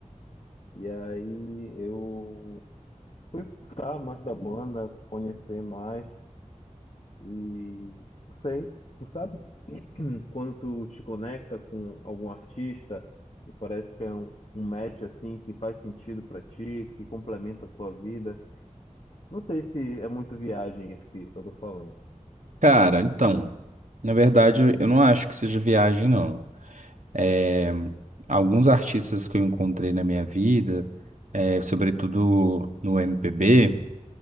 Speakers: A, on the left (about 50°); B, on the right (about 70°).
A: E aí eu fui buscar mais da banda, conhecer mais e sei, tu sabe quando tu te conecta com algum artista e parece que é um, um match assim que faz sentido pra ti, que complementa a tua vida. Não sei se é muito viagem isso que eu tô falando.
B: Cara, então, na verdade, eu não acho que seja viagem, não. É, alguns artistas que eu encontrei na minha vida, é, sobretudo no MPB,